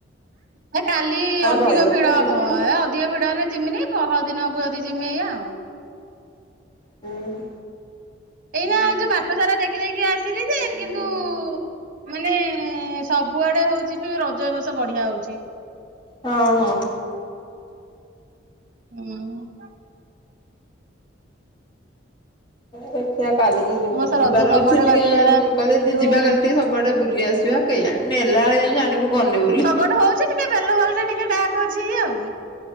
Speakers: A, on the right (about 45°); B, on the left (about 25°).
A: ହେ କାଲି ଅଧିକ
B: ରହିବ
A: ଭିଡ
B: ତ
A: ହବ
B: ଯିବ ହୁଁ
A: ଏ ଅ ଟିକିଏ ଭିଡ ହେଲେ ଜିମିନି ପହର ଦିନକୁ ଯଦି ଜିମି ଏୟା।
B: ହୁଁ।
A: ଏଇନା ଏ ଯୋଉ ବାଟ ସାରା ଦେଖି ଦେଖି ଆସିଲି ଯେ କିନ୍ତୁ ମାନେ ସବୁଆଡେ ହଉଛି ବି ରଜ ଏବସ ବଢିଆ ହଉଚି।
B: ହଁ ହଁ।
A: ହୁଁ।
B: ଦେଖୀଆ କାଲିକି ଯି
A: ଏ ବର୍ଷ
B: ଯିବାର
A: ରଜ ସବୁଆଡେ
B: ଅଛି ଟିକେ
A: ବାଟ ସାରା
B: କହିଲେ ଟିକେ
A: ଯୋଉ
B: ଯିବା କାଲି ଟିକେ ସବ କୁଆଡେ ବୁଲି ଆସିବା କେଇ ଜାଣି ନେଲା ଏଳେ କାଇଁ ଜାଣିବୁ। ଗନି
A: ହ
B: ବୋଲି।
A: ସବୁଠେ ହଉଛି ଟିକେ ବେଲ ଭଲରେ ଟିକେ ଡାକ ଅଛି ଇ ଆଉ